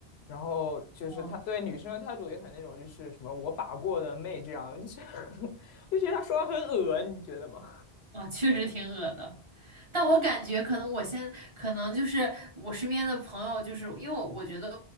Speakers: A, on the left; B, on the right.
A: 然后就是他对女生的态度也很那种，
B: 哦
A: 就是什么我把过的妹这样，就是 <laughs> 就觉得他说话很恶，你觉得吗？
B: 哦，确实挺恶的，但我感觉可能我现可能就是我身边的朋友，就是因为我我觉得